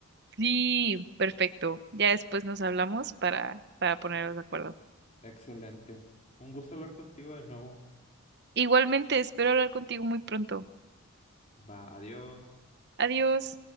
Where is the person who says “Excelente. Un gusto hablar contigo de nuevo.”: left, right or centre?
Left